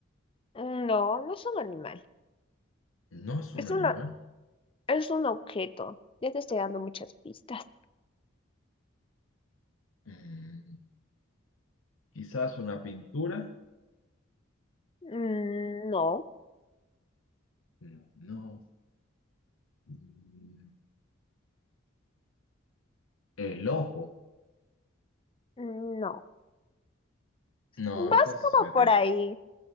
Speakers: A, on the left (about 25°); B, on the left (about 85°).
A: Mm, No, no es un animal.
B: no es un
A: Es
B: animal.
A: una, es un objeto. Ya te estoy dando muchas pistas.
B: Mm, quizás una pintura.
A: Mm, No,
B: Mm, No. Mm, el ojo.
A: mm, no.
B: No,
A: Vas
B: entonces
A: como
B: me rindo.
A: por ahí.